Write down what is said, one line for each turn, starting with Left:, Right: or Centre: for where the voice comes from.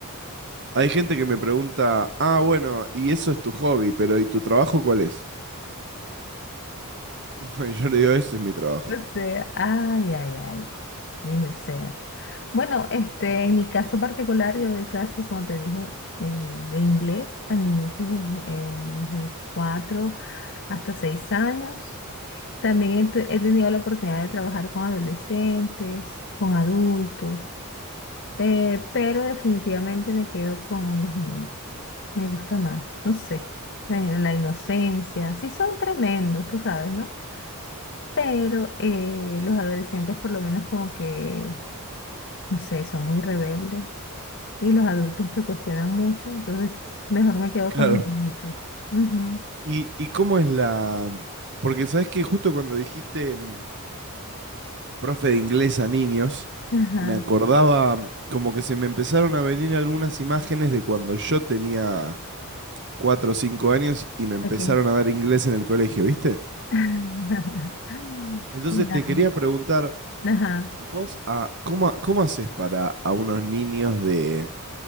Right: Hay gente que me pregunta, ah, bueno, y eso es tu hobby, pero ¿y tu trabajo cuál es? <laughs> Y yo le digo, ese es mi trabajo.
Left: O sea, ay, ay, ay. Sí, o sea. Bueno, este, en mi caso particular, yo doy clases, como te dije, eh, de inglés a niños de cuatro hasta seis años. También he, te- he tenido la oportunidad de trabajar con adolescentes, con adultos. Eh, pero definitivamente me quedo con los niños. Me gusta más, no sé, la, la inocencia. Sí son tremendos, tú sabes, ¿no? Pero eh, los adolescentes por lo menos como que, no sé, son muy rebeldes y los adultos te cuestionan mucho, entonces mejor me quedo
Right: Claro.
Left: con mis nietos. Ujú.
Right: ¿Y, y cómo es la...? Porque sabes que justo cuando dijiste mm, profe de inglés a niños,
Left: Ajá,
Right: me acordaba mm, como que se me empezaron a venir algunas imágenes de cuando yo tenía cuatro o cinco años y me empezaron
Left: ok.
Right: a dar inglés en el colegio, ¿viste?
Left: <laughs>
Right: Entonces
Left: Ya,
Right: te quería preguntar,
Left: Ajá.
Right: vos, ah, ¿cómo, cómo haces para a unos niños de